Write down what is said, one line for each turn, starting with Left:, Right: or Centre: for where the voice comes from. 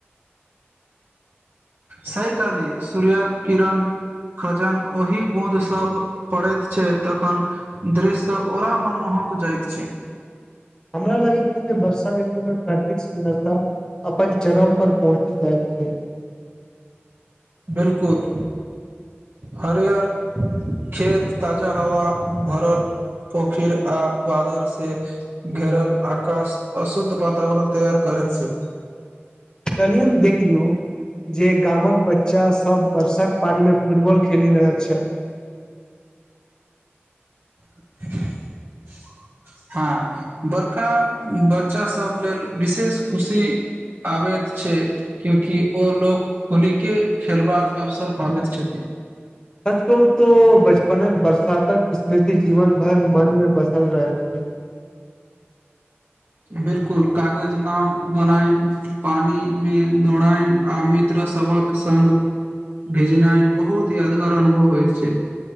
Right: सही कहलिहि सूर्य किरण। खजन ओहि बूँद सब पड़ैत छै तखन। दृश्य ओरा मनमोहक जाइत छै।
Left: हमरा लागै छै जे वर्षा ऋतु मऽ प्राकृिक सुन्दरता। अपन चरम पर पहुँची जाइत छै।
Right: बिल्कुल हरियर। खेत ताजा हवा भरल पोखेर आ बादल से। घेरल आकाश आ शुद्ध वातावरण तैयार करै छै।
Left: कल्हि हम देखलियु जे गामक बच्चा सब। बर्साक पानी मऽ फुटबॉल खेली रहल छल।
Right: <unintelligible> हँ बड़का बच्चा सब लेल विशेष खुशी। आबैत छै। क्यूँकि ओ लोक होलीके खेलबाक अवसर पाबैत छथिन।
Left: सच कहु तो बचपन बरसातक स्मृति जीवन भर मन में बसल रह छै।
Right: बिल्कुल कागज नाव बनाए। पानी मे दौड़ाय आ मित्र सभक संग। भेजनाइन बहुत यादगार अनुभव होयत छै।